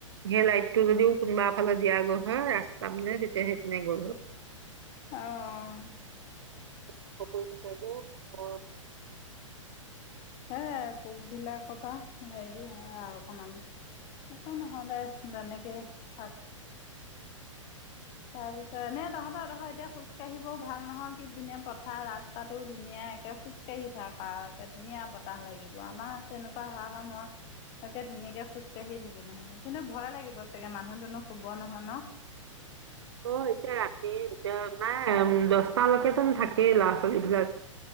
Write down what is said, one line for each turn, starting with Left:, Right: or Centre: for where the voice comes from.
Right: সেই লাইটটো যদিও কোনোবা ফালে দিয়া গল হয় ৰাস্তা পিনে তেতিয়া সেই পিনে গল হয়
Left: অঁ
Right: <unintelligible>
Left: সে পোকবিলাকৰ পৰা হেৰি হয় আৰু অকণমান, একো নহয় দে তেনেকেই থাক। তাৰপিছত, এনে তহঁতৰ দেখৰ এতিয়া খোজকাাঢ়িবও ভাল নহয় কি ধুনীয়া পথাৰ ৰাস্তাটোও ধুনীয়া একে খোজকাাঢ়ি থাক আৰু একে ধুনীয়া বতাহ লাগিব, আমাৰ তেনেকুৱা হোৱা হয় মই তাকে ধুনীয়াকে খোজকাাঢ়ি থাকিলো হয় কিন্তু ভয় লাগিব চাগে মানুহ-দুনুহ শুব নহয় ন?
Right: অ এতিয়া ৰাতি এতিয়া নাই দচটালৈকেতো থাকেই ল'ৰা ছোৱালীবিলাক,